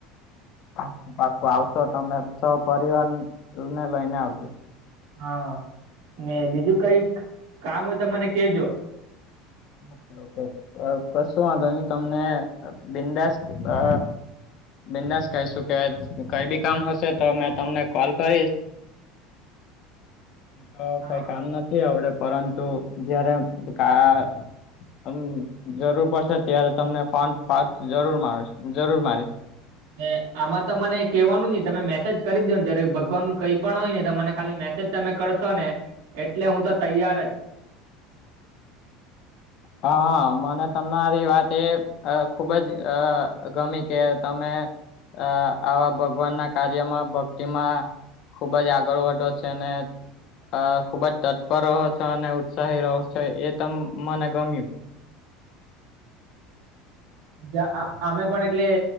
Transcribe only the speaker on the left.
પાક, પાકુ, આવ તો તમે સહ પરિવારને લઈને આવજો.
ઓકે ઓકે કસો વાંધો નહી તમને બિંદાસ અ બિંદાસ કહીશું કે કઈ બી કામ હશે તો મેં તમને કોલ કરીસ. હ,
કંઈ કામ નથી અવડે પરંતુ જયારે કા મ જરૂર પડસે ત્યારે તમને ફોન પા જરૂર માર જરૂર મારીસ
હા, મને તમારી વાત એ અ ખુબ જ અ ગમે કે તમે અ આવા ભગવાનના કાર્યમાં, ભક્તિમાં ખુબ જ આગળ વધો છે ને આ ખુબ જ તત્પર રહો છો, અને ઉત્સાહી રહો છો, એ તમ મને ગમ્યું.